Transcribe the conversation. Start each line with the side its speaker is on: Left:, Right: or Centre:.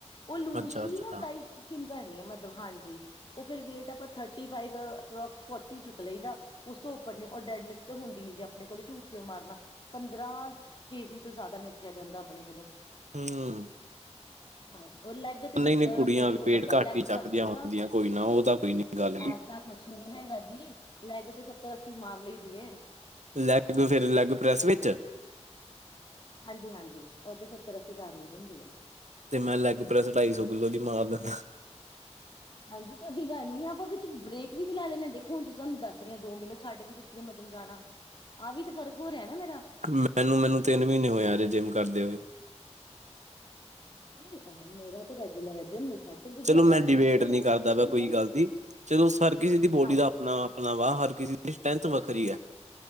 Left: ਉਹ ਲੂਸ
Right: ਅੱਛਾ
Left: ਸੀ
Right: ਅੱਛਾ
Left: ਨਾ ਟਾਈਟ ਸਕਿਨ ਕਰਨੀ ਆ, ਮਤਲਬ ਹਾਂਜੀ। ਉਹ ਫਿਰ ਵੇਟ ਆਪਾਂ ਥਰਟੀ ਫਇਫ ਅਪਰੋਕਸ ਫੋਰਟੀ ਚੁੱਕ ਲਈਦਾ। ਉਸ ਤੋਂ ਉੱਪਰ ਨੇ ਔ ਡੈਡ ਲਿਫਟ ਹੁੰਦੀ ਨੀ। ਆਪਣੇ ਕੋਲ ਝੂਠ ਕਿਉਂ ਮਾਰਨਾ, ਪੰਦਰਾਂ ਕੇ ਜੀ ਤੋਂ ਜ਼ਿਆਦਾ ੳਠਿਆ ਜਾਂਦਾ ਆਪਣੇ ਕੋਲੋਂ।
Right: ਹੂੰ।
Left: ਹਾਂਜੀ। ਉਹ ਲੈਗ ਤੇ ਸੱਤਰ-ਅੱਸੀ
Right: ਨਹੀਂ ਕੁੜੀਆਂ
Left: ਤੇ ਹੋ ਜਾਂਦਾ
Right: ਵੇਟ ਘੱਟ
Left: ਲੈਗ
Right: ਹੀ ਚੱਕਦੀਆਂ
Left: ਕਰ ਲਈਦਾ,
Right: ਹੁੰਦੀਆਂ ਕੋਈ ਨਾ ਉਹ ਤਾਂ ਕੋਈ ਨੀ ਗੱਲ ਗੀ।
Left: ਐਸਾ ਕੁਛ ਕੁਛ ਨੀ ਹੈਗਾ ਜੀ, ਲੈਗ ਤੇ ਸੱਤਰ, ਅੱਸੀ ਮਾਰ ਲਈ ਦੀਏ।
Right: ਲੈਗ ਫੇਿਰ ਲੈਗ ਪ੍ਰੈਸ ਵਿੱਚ।
Left: ਹਾਂਜੀ-ਹਾਂਜੀ, ਉਹ ਤੇ ਸੱਤਰ, ਅੱਸੀ ਕਰ ਲੈਂਦੀ ਹੁੰਦੀ ਹੈ।
Right: ਤੇ ਮੈਂ ਲੈੱਗ ਪ੍ਰੈਸ ਢਾਈ ਸੌ ਕਿੱਲੋ ਦੀ ਮਾਰ ਲੈ ਲਿਂਦਾ।
Left: ਹਾਂਜੀ, ਤੁਸੀ ਜਾਨਿਆ, ਆਪਾਂ ਵਿੱਚ ਬਰੇਕ ਵੀ ਲੈ ਲੈਨੇ ਹਾ, ਦੇਖੋ ਹੁਣ ਤੁਸੀਂ ਤੁਹਾਨੂੰ ਦੱਸ ਰਹੇ ਹੋ ਦੋ ਮਹੀਨੇ ਛੱਡ ਵੀ ਦਿੱਤ ਕੀ ਮੈਂ ਜਿਮ ਜਾਣਾ, ਆਹ ਵੀ ਤੇ ਫਰਕ ਹੋ ਰਿਹਾ ਨਾ ਮੇਰਾ।
Right: ਮੈਨੂੰ- ਮੈਨੂੰ ਤਿੰਨ ਮਹੀਨੇ ਹੋਏ, ਆਜੇ ਜਿੰਮ ਕਰਦੇ ਹੋਏ।
Left: ਨੀ, ਮੇਰਾ ਤਾਂ ਰੈਗੂਲਰ ਹੈ ਜਿਮ ਨੀ ਛੱਡ ਸਕਦੇ ਜੀ
Right: ਚਲੋ
Left: ਆਪਾਂ
Right: ਮੈ ਡੀਵੇਟ
Left: ਜਿੰਮ ਤੇ
Right: ਨਹੀਂ ਕਰਦਾ
Left: ਇੱਕ
Right: ਵਾ
Left: ਹੁੰਦਾ
Right: ਕੋਈ
Left: ਨਾ
Right: ਗੱਲ ਨਹੀਂ ਚਲੋ ਹਰ ਕਿਸੇ ਦੀ ਬੋਡੀ
Left: ਹਾਂਜੀ
Right: ਦਾ ਆਪਣਾ ਆਪਣਾ ਵਾਹ, ਹਰ ਕਿਸੇ ਦੀ ਸਟਰ੍ਰੈਂਥ ਵੱਖਰੀ ਹੈ।